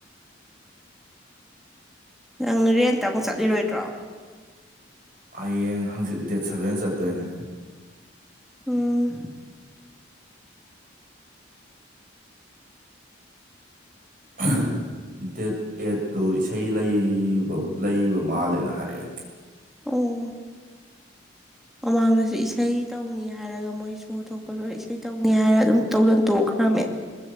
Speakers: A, in the centre; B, on the right.
A: ꯅꯪꯦꯟꯇ ꯑꯃꯨꯛ ꯆꯠꯂꯤꯔꯣꯏꯗ꯭ꯔꯣ
B: ꯍꯌꯦꯡ ꯍꯪꯆꯤꯠ ꯗꯦꯠ ꯁꯚꯦꯟ ꯆꯠꯇꯣꯏꯅꯦ
A: ꯎꯝ
B: <unintelligible> <inaudible> ꯗꯦꯠ ꯑꯦꯠꯇꯨ ꯏꯁꯩ ꯂꯩꯕ ꯂꯩꯕ ꯃꯥꯜꯂꯦꯅ ꯍꯥꯏꯔꯛꯑꯦ
A: ꯑꯣ ꯃꯃꯥꯡꯗꯁꯨ ꯏꯁꯩ ꯇꯧꯅꯤ ꯍꯥꯏꯔꯒ ꯃꯣꯏ ꯁꯣꯔ ꯊꯣꯛꯄ ꯂꯣꯏꯔ ꯏꯁꯩ ꯇꯧꯅꯤ ꯍꯥꯏꯔꯒ ꯑꯗꯨꯝ ꯇꯧꯗꯅ ꯇꯣꯛꯈ꯭ꯔꯦ ꯈꯝꯃꯦ